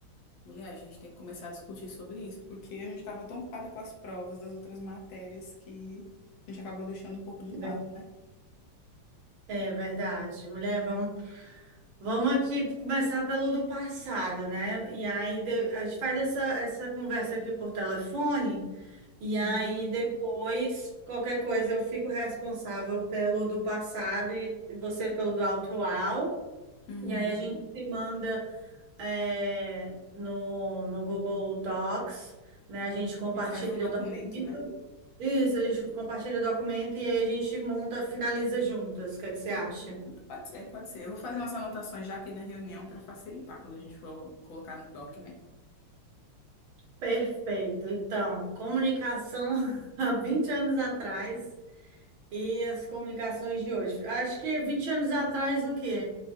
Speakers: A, on the left (about 70°); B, on the right (about 75°).
A: Mulher, a gente tem que começar a discutir sobre isso, porque a gente estava tão ocupada com as provas das outras matérias que a gente acabou deixando um pouco de
B: Ver-
A: lado, né?
B: É verdade, mulher. Vamos, vamos aqui começar pelo do passado, né? E aí de- a gente faz essa, essa conversa aqui por telefone, e aí
A: Hum.
B: depois qualquer coisa eu fico responsável pelo do passado e você pelo do atual.
A: Uhum.
B: E aí a gente se manda é, no, no Google Docs, né? A gente compartilha
A: A gente faz um documento,
B: o documento.
A: né?
B: Isso, a gente compartilha o documento e aí a gente monta, finaliza juntas. O que é que você
A: Uhum.
B: acha?
A: Pode ser, pode ser. Eu vou fazer umas anotações já aqui na reunião para facilitar quando a gente for colocar no doc, né?
B: Perfeito. Então, comunicação <laughs> há 20 anos atrás e as comunicações de hoje. Acho que 20 anos atrás, o quê?